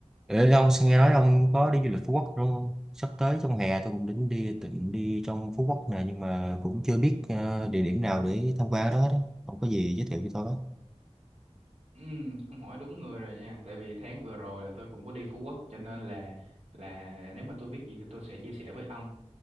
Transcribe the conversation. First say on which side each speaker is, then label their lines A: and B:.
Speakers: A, in the centre; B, on the right.
A: Ê, ông xin nghe nói ông có đi du lịch Phú Quốc đúng không? Sắp tới trong hè tôi cũng định đi định đi trong Phú Quốc nè nhưng mà cũng chưa biết ờ, địa điểm nào để tham quan đó đó. Ông có gì giới thiệu cho tôi đó.
B: Ừ, ông hỏi đúng người rồi nha tại vì tháng vừa rồi là tôi cũng có đi Phú Quốc cho nên là là nếu mà tôi biết gì thì tôi sẽ chia sẻ với ông